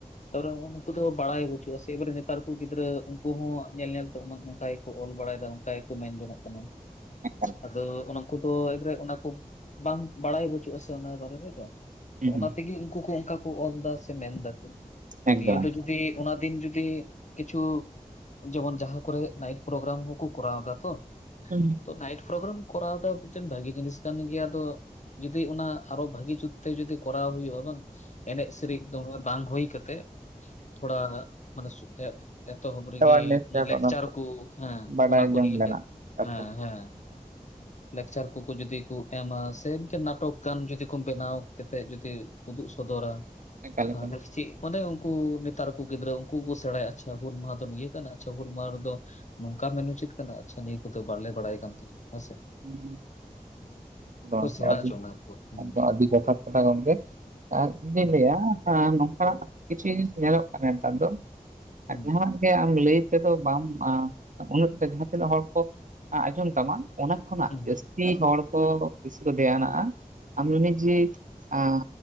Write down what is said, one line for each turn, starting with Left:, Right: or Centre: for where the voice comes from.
Left: ᱛᱚᱵ ᱨᱮ ᱱᱚᱜ..... ᱩᱱᱠᱩ ᱫᱚ ᱵᱟᱲᱟᱭ ᱵᱟᱹᱪᱩᱜᱼᱟ ᱥᱮ ᱮᱵᱟᱨᱮ ᱱᱮᱛᱟᱨ ᱠᱚ ᱜᱤᱫᱽᱨᱟᱹ ᱩᱱᱠᱩ ᱦᱚᱸ ᱧᱮᱞ ᱧᱮᱞᱛᱮ ᱚᱱᱠᱟ ᱜᱮᱠᱚ ᱚᱞ ᱵᱟᱲᱟᱭᱮᱫᱟ ᱩᱱᱠᱩ ᱚᱝᱠᱟ ᱜᱮ ᱠᱚ ᱢᱮᱱ ᱡᱚᱝ-ᱚᱜ ᱠᱟᱱᱟ
Right: ᱮᱠᱟᱞ
Left: ᱟᱫᱚ ᱩᱱᱟᱠᱩ ᱠᱚ ᱮᱫᱽᱨᱮᱨᱮᱜ ᱠᱟᱱᱟ ᱠᱚ ᱵᱟᱝ ᱵᱟᱲᱟᱭ ᱵᱟᱹᱪᱩᱜ ᱟᱥᱮ ᱚᱱᱟ ᱵᱟᱨᱮ ᱨᱮᱫᱚ
Right: ᱦᱩᱸ
Left: ᱛᱚ ᱚᱱᱟ ᱛᱮᱜᱮ ᱩᱱᱠᱩ ᱠᱚ ᱚᱱᱠᱟ ᱠᱚ ᱚᱞᱫᱟ ᱥᱮ ᱢᱮᱱ ᱫᱟ ᱠᱚ ᱛᱚ
Right: ᱮᱠᱫᱚᱢ
Left: ᱱᱤᱭᱟᱹ ᱫᱚ ᱡᱩᱫᱤ ᱛᱮ ᱚᱱᱟ ᱫᱤᱱ ᱡᱩᱫᱤ ᱠᱤᱪᱷᱩ ᱡᱮᱢᱚᱱ ᱡᱟᱦᱟᱸ ᱠᱚᱨᱮ ᱱᱟᱭᱤᱴ ᱯᱨᱳᱜᱨᱟᱢ ᱦᱚᱸᱠᱚ ᱠᱚᱨᱟᱣ ᱮᱫᱟ ᱛᱚ
Right: ᱦᱩᱸ
Left: ᱛᱚ ᱱᱟᱭᱤᱴ ᱯᱨᱳᱜᱨᱟᱢ ᱠᱚᱨᱟᱣ ᱫᱚ ᱢᱤᱫᱴᱮᱱ ᱵᱷᱟᱜᱤ ᱡᱤᱱᱤᱥ ᱠᱟᱱ ᱜᱮᱭᱟ ᱟᱫᱚ ᱡᱩᱫᱤ ᱚᱱᱟ ᱟᱨᱚ ᱵᱷᱟᱹᱜᱤ ᱡᱩᱛᱮ ᱡᱚᱫᱤ ᱠᱚᱨᱟᱣ ᱦᱩᱭᱩᱜᱼᱟ ᱵᱟᱝ ᱮᱱᱮᱡ ᱥᱮᱨᱮᱧ ᱫᱚᱢᱮ ᱵᱟᱝ ᱦᱩᱭ ᱠᱟᱛᱮᱜ ᱛᱷᱚᱲᱟ ᱢᱟᱱᱮ <unintelligible> ᱮᱛᱚᱦᱚᱵ ᱨᱮᱜᱮ
Right: ᱮᱣᱟᱨᱱᱮᱥ ᱡᱟᱦᱟᱸ
Left: ᱞᱮᱠᱪᱟᱨ
Right: ᱚᱱᱟ
Left: ᱠᱚ ᱦᱮᱸ
Right: ᱵᱟᱰᱟᱭ
Left: ᱚᱱᱟ ᱠᱚ
Right: ᱡᱚᱝ
Left: ᱱᱤᱭᱮ
Right: ᱨᱮᱱᱟᱜ ᱠᱟᱛᱷᱟ
Left: ᱦᱮᱸ ᱦᱮᱸ ᱞᱟᱠᱪᱟᱨ ᱠᱚᱠᱚ ᱡᱩᱫᱤ ᱠᱚ ᱮᱢᱟ ᱥᱮ ᱢᱤᱫᱴᱮᱱ ᱱᱟᱴᱚᱠ ᱜᱟᱱ ᱡᱩᱫᱤ ᱠᱚᱢ ᱵᱮᱱᱟᱣ ᱠᱟᱛᱮᱫ ᱡᱩᱫᱤ ᱩᱫᱩᱜ ᱥᱚᱫᱚᱨᱟ
Right: ᱮᱠᱟᱞ
Left: ᱛᱟᱦᱚᱞᱮ
Right: ᱮᱠᱟᱞ
Left: ᱪᱮᱫ ᱢᱟᱱᱮ ᱩᱱᱠᱩ ᱱᱮᱛᱟᱨ ᱠᱚ ᱜᱤᱫᱽᱨᱟᱹ ᱩᱱᱠᱩ ᱠᱚᱠᱚ ᱥᱮᱬᱟᱭᱟ ᱟᱪᱪᱷᱟ ᱦᱩᱞ ᱢᱟᱦᱟ ᱫᱚ ᱱᱤᱭᱟᱹ ᱠᱟᱱᱟ ᱦᱩᱞ ᱢᱟᱦᱟᱸ ᱨᱮᱫᱚ ᱱᱚᱝᱠᱟ ᱢᱮᱱ ᱩᱪᱤᱛ ᱠᱟᱱᱟ ᱱᱤᱭᱟᱹ ᱠᱚᱫᱚ ᱵᱟᱞᱮ ᱵᱟᱲᱟᱭ ᱠᱟᱱ ᱛᱟᱦᱮᱱᱟ ᱦᱮᱸ ᱥᱮ
Right: ᱦᱩᱸ ᱮᱫᱚᱢ
Left: ᱥᱮᱬᱟ
Right: ᱟᱹᱰᱤ
Left: ᱦᱚᱪᱚᱱᱟ ᱩᱱᱠᱩ᱾ ᱦᱩᱸ᱾
Right: ᱮᱠᱫᱚᱢ ᱟᱹᱰᱤ ᱡᱚᱛᱷᱟᱛ ᱠᱟᱛᱷᱟ ᱜᱚᱢᱠᱮ ᱟᱨ ᱤᱧᱫᱩᱧ
Left: ᱦᱩᱸ
Right: ᱞᱟᱹᱭᱟ ᱦᱮᱸ ᱱᱚᱝᱠᱟᱱᱟᱜ ᱠᱤᱪᱷᱩ ᱡᱤᱱᱤᱥ ᱧᱮᱞᱚᱜ ᱠᱟᱱᱟ ᱱᱮᱛᱟᱨ ᱫᱚ
Left: ᱦᱩᱸ
Right: ᱟᱨ ᱡᱟᱦᱟᱸ ᱟᱢ ᱞᱟᱹᱭ ᱛᱮᱫᱚ ᱵᱟᱢ ᱟᱸ... ᱩᱱᱟᱹᱜ ᱡᱟᱦᱟᱸ ᱛᱤᱱᱟᱹᱜ ᱦᱚᱲ ᱠᱚ ᱟᱸᱡᱚᱢ ᱛᱟᱢᱟ ᱚᱱᱟ ᱠᱷᱚᱱᱟᱜ
Left: ᱦᱩᱸ
Right: ᱡᱟᱹᱥᱛᱤ ᱦᱚᱲ ᱠᱚ ᱵᱤᱥᱤ ᱠᱚ ᱫᱷᱮᱭᱟᱱᱟᱜᱼᱟ ᱟᱢ ᱡᱩᱱᱤ ᱡᱮ ᱟᱸ...